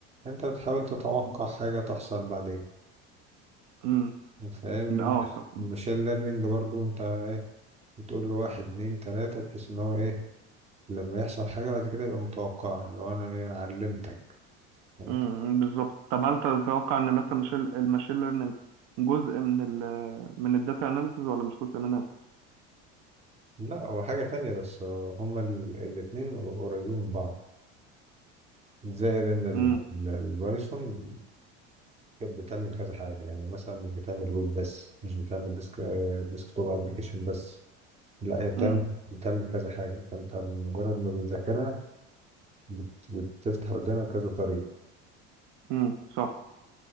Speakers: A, on the right; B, on the right.
A: انت بتحاول تتوقع حاجه تحصل بعدين
B: امم
A: فاهم
B: اه ف...
A: المشين ليرنينج برضو انت ايه بتقول له واحد اتنين تلاته بحيث ان هو ايه لما يحصل حاجه بعد كده يبقى متوقعها اللي هو انا ايه انا علمتك يعني
B: امم بالظبط طب هل تتوقع ان مثلا ماشين الماشين ليرنينج جزء من ال من الداتا اناليسيس ولا مش جزء منها
A: لا هو حاجه تانية بس هما ال- الاتنين قريبين من بعض زائد ان ال-
B: امم
A: ال- البايثون كانت بتعمل كذا حاجه يعني مثلا مش بتعمل ويب بس مش بتعمل ديسك ديسك توب ابلكيشن بس لا هي بتعمل
B: امم
A: بتعمل كذا حاجة فأنت مجرد ما بتذاكرها بت- بتفتح قدامك كذا طريق
B: امم صح